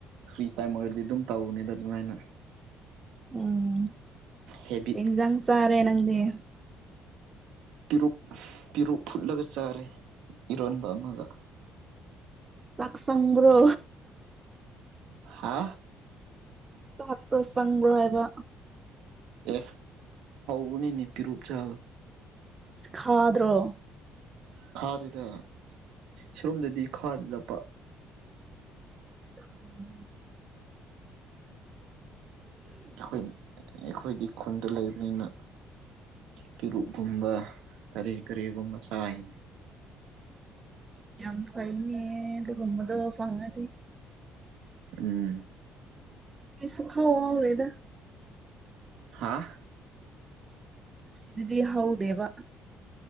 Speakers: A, on the right; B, on the right.
A: ꯐ꯭ꯔꯤ ꯇꯥꯏꯝ ꯑꯣꯏꯔꯗꯤ ꯑꯗꯨꯝ ꯇꯧꯕꯅꯤꯗ ꯑꯗꯨꯃꯥꯏꯅ
B: ꯎꯝ
A: ꯍꯦꯕꯤꯠ
B: ꯏꯗꯥꯡ ꯁꯔꯦ ꯅꯪꯗꯤꯦ
A: ꯄꯦꯔꯛ ꯄꯦꯔꯨꯛ ꯐꯨꯠꯂꯒ ꯆꯥꯔꯦ ꯏꯔꯣꯟꯕ ꯑꯃꯒ
B: ꯆꯛꯁꯒ꯭ꯔꯣ
A: ꯍꯥ
B: ꯆꯠꯄ ꯆꯪꯕ꯭ꯔꯣ ꯍꯥꯏꯕ
A: ꯑꯦ ꯍꯅꯤꯅꯦ ꯄꯤꯔꯨꯕ ꯆꯕ
B: ꯈꯥꯗ꯭ꯔꯣ
A: ꯈꯥꯗꯨꯗ ꯁꯔꯣꯝꯗꯗꯤ ꯈꯥꯗ ꯂꯞꯄ
B: ꯎꯝ
A: ꯈꯣꯏꯅꯤ ꯑꯩꯈꯣꯏꯗꯤ ꯈꯨꯟꯗ ꯂꯩꯕꯅꯤꯅ ꯄꯤꯔꯨꯛꯀꯨꯝꯕ ꯀꯔꯤ ꯀꯔꯤꯒꯨꯝꯕ ꯆꯥꯏ
B: ꯌꯥꯝ ꯐꯩꯅꯤ ꯀꯨꯝꯃꯗꯣ ꯐꯉ
A: ꯎꯝ
B: ꯁꯨ ꯍꯥꯎ ꯍꯥꯎꯅꯦ ꯏꯗ
A: ꯍꯥꯥ
B: ꯑꯁꯤꯗꯗꯤ ꯍꯧꯗꯦꯕ